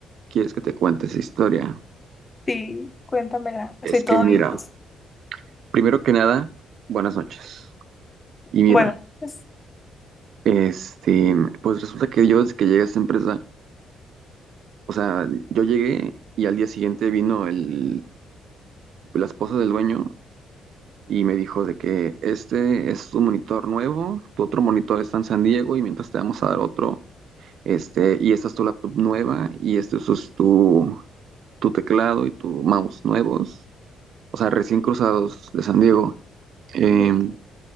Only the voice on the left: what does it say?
sí, cuéntamela.
Soy
todo
oídos.
Bueno, pues,
ujú.